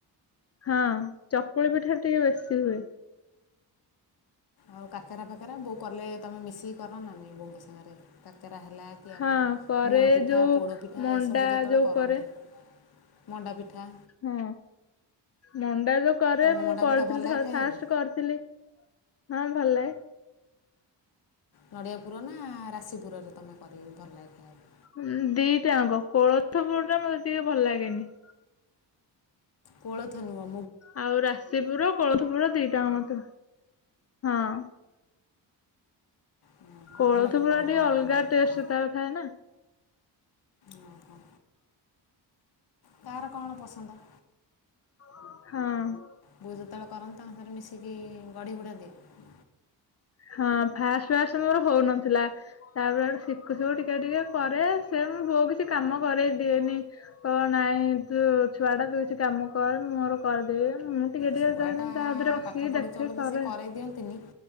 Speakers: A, on the left; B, on the left.
A: ହଁ ଚକୁଳି ପିଠାର ଟିକେ ବେଶୀ ହୁଏ।
B: ଆଉ କାକାରା ଫାକାରା ବୋଉ କଲେ ତମେ ମିଶିକି କର ନା ନାଇଁ ବୋଉଙ୍କ ସାଙ୍ଗରେ କାକ କାକରା ହେଲା କି
A: ହଁ
B: ଆମର
A: କରେ
B: ମୁଆଁ ପିଠା,
A: ଯୋଉ
B: ପୋଡ଼ ପିଠା
A: ମଣ୍ଡା
B: ଏସବୁ ଯେତେବେଳେ
A: ଯୋଉ
B: କରନ୍ତି।
A: କରେ
B: ମଣ୍ଡାପିଠା
A: ହଁ ମନ୍ ସେଟା ଯୋଉ କରେ
B: ତମ
A: ମୁଁ
B: ମଣ୍ଡା
A: କରିଥିଲି
B: ପିଠା ଭଲ ଲାଗେ
A: ଥରେ
B: ଖାଇବାକୁ
A: ଫାଷ୍ଟ କରିଥିଲି। ହଁ ଭଲଲାଗେ।
B: ନଡ଼ିଆ ପୁର ନା ରାଶି ପୁରରେ ତମେ କରିକି ଭଲ ଲାଗେ ଖାଇବା
A: ଉଁ ଦିିଇଟାଆଙ୍କ କୋଳଥ ପଡ଼େ ମତେ ଟିକେ ଭଲ ଲାଗେନି।
B: କୋଳଥ ନୁଅ।
A: ଆଉ ରାଶିପୁର କଳୋଥପୁର ଦିଇଟାଆଙ୍କ ମତେ ହଁ।
B: ଓହୋ,
A: କୋଳଥ
B: ଭଲ ଲାଗେ
A: ପୁରା
B: ତାହେଲେ
A: ଟିକେ
B: ମୋ
A: ଅଲଗା
B: ମଣ୍ଡା ପିଠାଟା
A: ଟେଷ୍ଟେ ତାର ଥାଏନା।
B: ଓହୋ କାହାର କଣ ପସନ୍ଦ?
A: ହଁ।
B: ବୋଉ ଯେତେବେଳେ କରନ୍ତି ତାଙ୍କ ସାଙ୍ଗରେ ମିଶିକି ବାଢି ବୁଢା ଦିଅ?
A: ହଁ ଫାଷ୍ଟ ଫାଷ୍ଟ ମୋର ହୋଉନଥିଲା ତାପରେ ଶିକୁ ଶିକୁ ଟିକେ ଟିକେ କରେ ସେ ମୋ ବୋଉ କିଛି କାମ କରେଇ ଦିଏନି କହିବ ନାଇଁ ତୁ ଛୁଆଟା ତୁ କିଛି କାମ କରେ ମୁଁ ମୋର କରିଦେବି। ମୁଁ ଟିକେ ଟିକେ
B: ଛୁଆଟା
A: ଯେତେବେଳେ ଯେମିତି ତା ହାତରେ ବସିକି
B: ପାଠ ପଢୁଚ
A: ଦେଖେ
B: ବୋଲି
A: କରେ
B: ସିଏ କରେଇ ଦିଅନ୍ତିନି